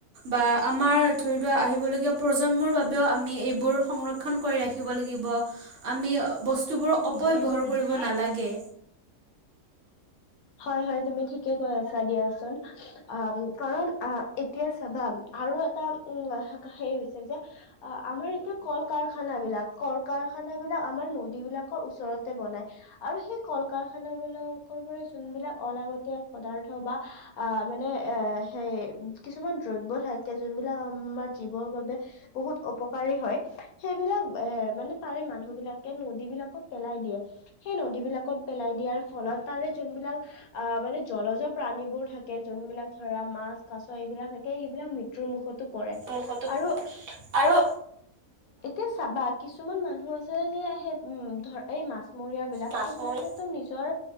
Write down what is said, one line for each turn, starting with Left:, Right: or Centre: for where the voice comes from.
Right: বা আমাৰ ধৰি লোৱা আহিবলগীয়া প্ৰজন্মৰ বাবেও আমি সেইবোৰ সংৰক্ষণ কৰি ৰাখিব লাগিব আমি বস্তুুবোৰ
Left: ভিজাই
Right: অপব্যৱহাৰ
Left: আছে ভিজা
Right: কৰিব
Left: নাই।
Right: নালাগে।
Left: হয় হয় তুমি ঠিকে কৈ আছা দিয়াচোন। অ কাৰণ আহ এতিয়া চাবা আৰু এটা উম হে হৈছে যে, আমাৰ এতিয়া কল কাৰখানা বিলাক কল কাৰখান বিলাক আমাৰ নদী বিলাকৰ ওচৰতে বনাই আৰু সেই কল কাৰখানাবিলাক যোনবিলাক অলাগতিয়াল পদাৰ্থ বা মানে এ সেই কিছুমান দ্ৰব্য থাকে যোনবিলাক আমাৰ জীৱৰ বাবে বহুত অপকাৰী হয় সেইবিলাক এ মানে তাৰে মানুহ বিলাকে নদী বিলাকত পেলাই দিয়ে। সেই নদীবিলাকত পেলাই দিয়াৰ ফলত তাৰে যোনবিলাক আহ মানে জলজ প্ৰাণীবোৰ থাকে, থাকে যোন বিলাক ধৰা মাছ কাছ এইবিলাক থাকে এইবিলাক মৃত্যুৰ মুখত পৰে।
Right: মুখতো
Left: আৰু
Right: আৰু
Left: এতিয়া চাবা কিছুমান মানুহ আছে যে সেই উম ধৰ এই মাছ মৰিয়া বিলাক
Right: মাছমৰীয়া
Left: সেইবিলাকো নিজৰ